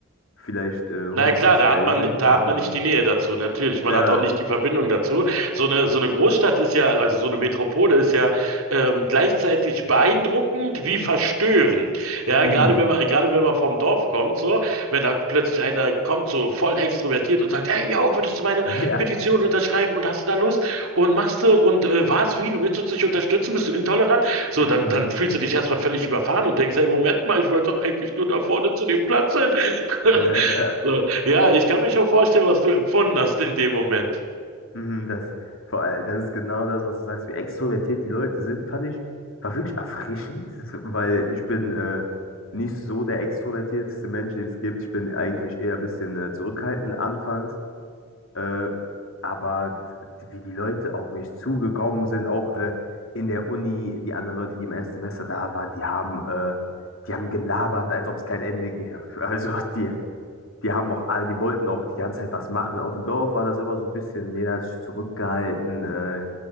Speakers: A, on the left (about 65°); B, on the right (about 75°).
A: vielleicht äh, homosexuell
B: Na ja, klar, da hat man,
A: sind.
B: da
A: Ja,
B: hat man nicht die Nähe dazu, natürlich. Man
A: äh, ja,
B: hat auch nicht die Verbindung dazu. So eine, so eine Großstadt ist ja, also so eine Metropole ist ja ähm, gleichzeitig beeindruckend wie verstörend. Ja,
A: mhm.
B: gerade wenn man, gerade wenn man vom Dorf kommt, so, wenn da plötzlich einer kommt, so voll extrovertiert und sagt, hey, yo, würdest du meine
A: Ja,
B: Petition unterschreiben und hast du da Lust und machst du und äh, was, wie, du willst uns nicht unterstützen, bist du intolerant? So,
A: mhm.
B: dann, dann fühlst du dich erstmal völlig überfahren und denkst, hey, Moment mal, ich wollte doch eigentlich nur da vorne zu dem Platz hin. <laughs>
A: <laughs>
B: So, ja, ich kann mir schon vorstellen, was du empfunden hast in dem Moment.
A: Mhm, das, vor allem, das ist genau das, was du sagst, wie extrovertiert die Leute sind, fand ich, war wirklich erfrischend, das- weil ich bin äh, nicht so der extrovertierteste Mensch, den es gibt. Ich bin eigentlich eher ein bisschen äh, zurückhaltend anfangs, äh, aber d- wie die Leute auf mich zugekommen sind, auch äh, in der Uni, die anderen Leute, die im ersten Semester da waren, die haben, äh, die haben gelabert, als ob es kein Ende gäbe. <laughs> Also die, die haben auch, all- die wollten auch die ganze Zeit was machen. Auf dem Dorf war das immer so ein bisschen, jeder hat sich zurückgehalten. Äh,